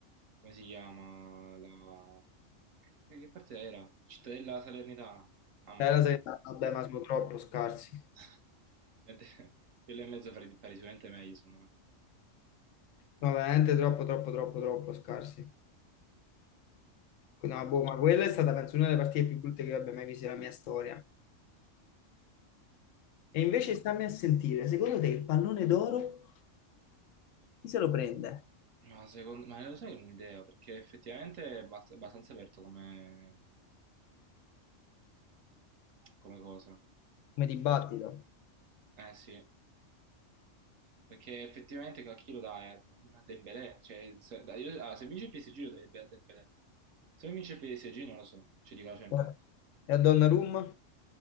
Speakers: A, on the right; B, on the left.
A: come si chiama? La... Che che parte era? Cittadella Salernitana. Ah, ma
B: Eh, la
A: è...
B: sanità, vabbè, ma sono troppo scarsi.
A: <laughs> Quello e mezzo fare, fare sicuramente meglio, secondo me.
B: No, veramente troppo, troppo, troppo, troppo scarsi. No, boh, ma quella è stata, penso, una delle partite più brutte che io abbia mai visto nella mia storia. E invece stammi a sentire, secondo te il pallone d'oro chi se lo prende?
A: Ma secondo ma lo sai un'idea, perché effettivamente è abbast- abbastanza aperto come, come cosa.
B: Come dibattito.
A: Eh sì, Perché effettivamente a chi lo dai? A Dembélé. Cioè, se, dai- io- ah, se vince il PSG lo dai a Dembélé. Se non vince il PSG non lo so. Cioè dico la Champions.
B: Eh, E a Donnarumma?